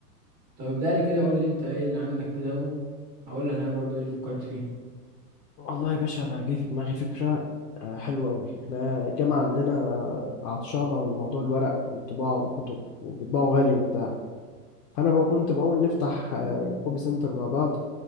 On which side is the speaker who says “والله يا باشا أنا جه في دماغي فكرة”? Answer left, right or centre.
Left